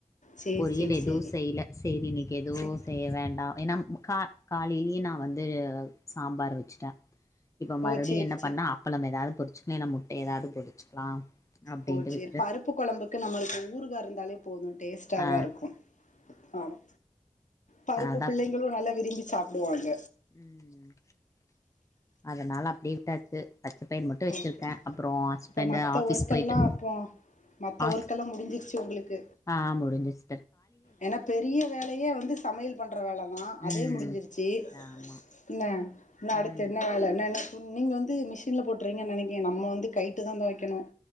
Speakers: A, on the left; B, on the left.
A: சேரி
B: பொரியல்
A: சேரி
B: எதுவும்
A: சேரி
B: செய்ல செரி இன்னைக்கு எதுவும்
A: சேரி
B: செய்ய வேண்டாம் ஏன்னா கா காலையிலயே நான் வந்து ஆ சாம்பார் வச்சுட்டேன் இப்ப மறுபடியும்
A: ஓ சேரி
B: என்ன
A: சேரி
B: பண்ணா அப்பளம் ஏதாவது பொரிச்சக்க மு ஏதாவது புடிச்சுக்கலாம் அப்டின்ட்டு
A: ஓ சேரி
B: வி
A: பருப்பு கொழம்புக்கு நம்மளுக்கு ஊறுகாய் இருந்தாலே போதும் டேஸ்ட்டாதான்
B: ஆ
A: இருக்கும் ஆமா பருப்பு
B: அதனாலதா
A: பிள்ளைங்களும்
B: அப்டி
A: நல்லா விரும்பி சாப்டுவாங்க
B: ம் அதனால அப்படி விட்டாச்சு பச்சை பயர் மட்டும் வச்சிருக்கேன்
A: ஓகே
B: அப்புறம் ஹஸ்பண்ட்
A: அப்ப மத்த
B: ஆஃபிஸ்
A: ஒர்க்கெல்லா
B: போயிட்டு
A: அப்போ மத்த
B: ஆஹ்
A: ஒர்க்கெல்லா முடிஞ்சிருச்சு உங்களுக்கு
B: ஆஹ் முடிஞ்சிச்சு
A: ஏன்னா பெரிய வேலையே வந்து சமையல் பண்ற வேலதான் அதே
B: ம்
A: முடிஞ்சிருச்சு
B: ஆமா
A: என்ன என் அடுத்த
B: ம்
A: என்ன வேலை என்னன நீங்க வந்து மிஷின்ல போட்ருவிங்க நினைக்கேன் நம்ம வந்து கைட்ட தான் துவைக்கணும்